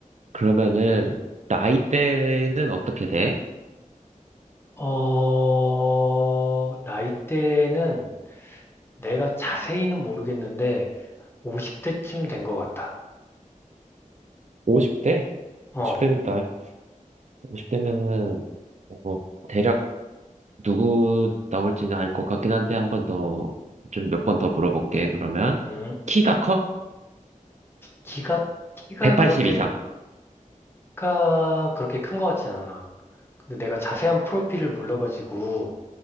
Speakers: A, on the right; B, on the left.
A: 그러면은, 나이대는 어떻게 돼?
B: 어, 나이대는 내가 자세히는 모르겠는데, 50대쯤 된 것 같아.
A: 50대?
B: 어,
A: 50대면 나, 오십 대면은 뭐, 대략 누구 나올지는 알 것 같긴 한데 한 번 더, 좀 몇 번 더 물어볼게. 그러면
B: 음,
A: 키가 커?
B: 키가, 키가
A: 180
B: 그렇게,
A: 이상.
B: 가, 그렇게 큰 것 같진 않아. 근데 내가 자세한 프로필을 몰라가지고